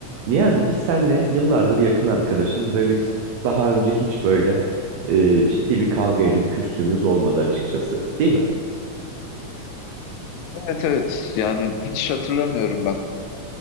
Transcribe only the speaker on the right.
Niyazi biz seninle yıllardır yakın arkadaşız ve biz daha önce hiç böyle e, ciddi bir kavga edip küstüğümüz olmadı açıkçası, değil mi?